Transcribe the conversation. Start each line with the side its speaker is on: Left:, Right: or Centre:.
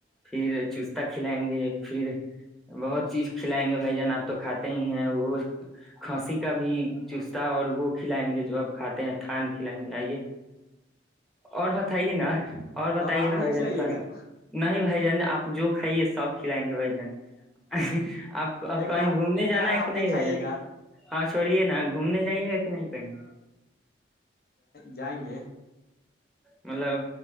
Centre: پھر چستہ کھلائیں گے پھر بہت چیز کھلائیں گے بھائی جان آپ تو کھاتے ہی ہیں وہ کھانسی کا بھی چستا اور وہ کھلائیں گے جو آپ کھاتے ہیں تھان کھلائیں گے آئیے اور بتائیے نا اور بتائیے
Left: آر
Centre: نا
Left: نہیں
Centre: بھائی جن
Left: کھلائیے گا
Centre: نہیں بائی بھ جن آپ جو کھائیے سب کھلائیں گے بھائی جن آپ
Left: ایک
Centre: کہیں
Left: آر
Centre: گھومنے
Left: ایک
Centre: جانا
Left: آر
Centre: ہے
Left: آپ
Centre: کہ نہیں
Left: بھی
Centre: بھیا
Left: کھائیے گا
Centre: ہاں چڑیے نا گھومنے جائیے گا کہ نہیں کہیں
Left: جائیں گے
Centre: مطلب